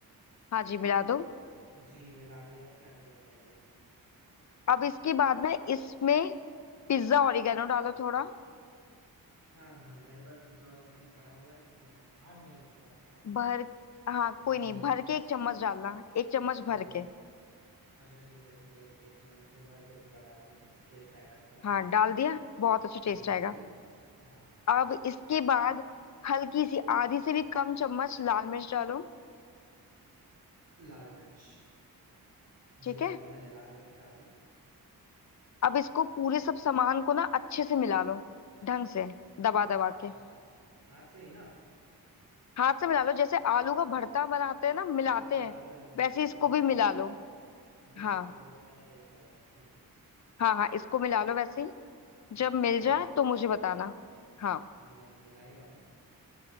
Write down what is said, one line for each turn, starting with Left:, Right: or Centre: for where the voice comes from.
Left: हाँ जी मिला दो
Right: जी मिला दिए अब क्या करें बताइए
Left: अब इसके बाद ना इसमें पिज्जा ओरिगेनो डालो थोड़ा
Right: हाँ हाँ मेरे पास पिज्जा घर पड़ा हुआ है क्योंकि मैंने हाल में ही पिज्जा मंगाया था
Left: भर हाँ कोई
Right: जी
Left: नहीं भर के एक चम्मच डालना एक चम्मच
Right: अच्छा
Left: भर के
Right: अच्छा ठीक है रुकिए एक चम्मच में भर के पूरा डाल दूंगा टेस्ट आएगा अच्छा बढ़िया
Left: हाँ डाल
Right: सा
Left: दिया बहुत अच्छा टेस्ट
Right: जी
Left: आएगा
Right: बिल्कुल हाँ
Left: अब इसके बाद हल्की सी आधी से भी कम चम्मच लाल मिर्च डालो
Right: लाल मिर्च
Left: ठीक
Right: जी बिल्कुल
Left: है
Right: मैंने लाल मिर्च डाल दी
Left: अब इसको पूरे सब सामान को ना अच्छे से मिला लो ढंग से दबा दबा के
Right: अच्छा हाथ से ही ना
Left: हाथ से मिला लो जैसे आलू का भरता बनाते हैं ना मिलाते
Right: हाँ हाँ
Left: हैं
Right: बिल्कुल
Left: वैसे
Right: बिल्कुल
Left: इसको
Right: वो
Left: भी
Right: तो मैंने
Left: मिला लो
Right: जी
Left: हाँ
Right: बिल्कुल वो तो मैंने देखा हुआ है ठीक है
Left: हाँ हाँ इसको मिला लो वैसे ही। जब
Right: हाँ मिल
Left: मिल
Right: रहा
Left: जाए
Right: है
Left: तो मुझे बताना हाँ
Right: जी मैं मिला ही रहा हूँ